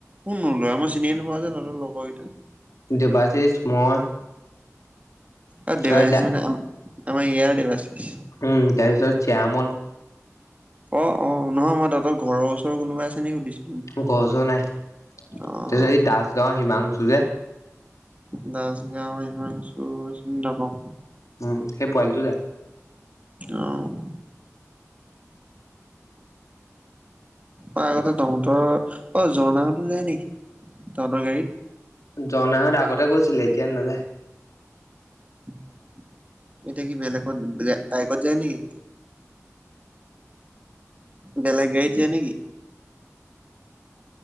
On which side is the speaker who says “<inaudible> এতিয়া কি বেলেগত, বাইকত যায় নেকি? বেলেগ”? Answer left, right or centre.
Right